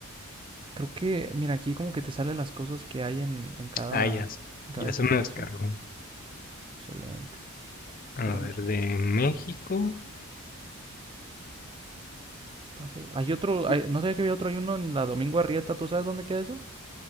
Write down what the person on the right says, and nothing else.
creo que, mira, aquí como que te salen las cosas que hay en, en cada,
en cada
gimnasio.
Excelente.
Pero
no,
Paseo- Hay otro,
hay- no sabía que había otro, hay uno en la Domingo Arrieta, ¿tú sabes dónde queda eso?